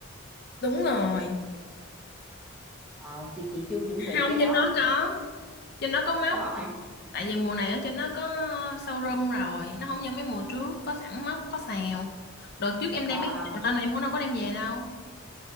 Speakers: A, on the left; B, in the centre.
A: đúng rồi
B: ờ chị chị chưa chuẩn bị
A: không
B: cái
A: trên
B: đó
A: đó có
B: nữa
A: trên đó có móc
B: có hả
A: tại vì mùa này ở trên nó có showroom rồi nó không như mấy mùa trước có sẵn móc có xào đợt trước em
B: ờ
A: đem mấy
B: ờ
A: cái xào lên mà em cũng đâu có đem về đâu